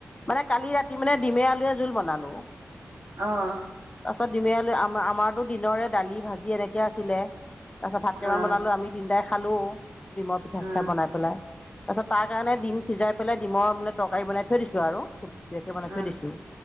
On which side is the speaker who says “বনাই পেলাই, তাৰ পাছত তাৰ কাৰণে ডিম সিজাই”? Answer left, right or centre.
Left